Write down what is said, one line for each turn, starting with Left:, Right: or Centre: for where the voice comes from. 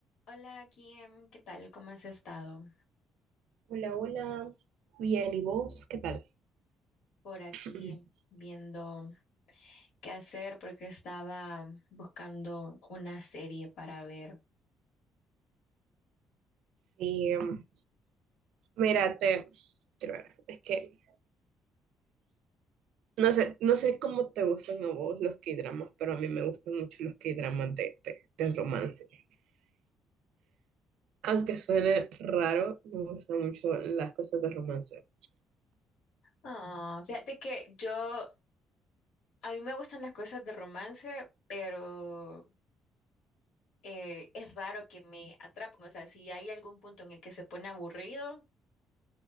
Left: Hola, Kim, ¿qué tal? ¿Cómo has estado?
Right: Hola, hola. Bien, ¿y vos? ¿Qué tal?
Left: Por aquí
Right: <clears throat>
Left: viendo qué hacer porque estaba buscando una serie para ver.
Right: Sí, em, mira, te, quiero ver, es que no sé, no sé cómo te gustan a vos los K-dramas, pero a mí me gustan mucho los K-dramas de, de, de romance. Aunque suene raro, me gustan mucho las cosas de romance.
Left: Ah, fíjate que yo, a mí me gustan las cosas de romance, pero eh, es raro que me atrapen. O sea, si hay algún punto en el que se pone aburrido,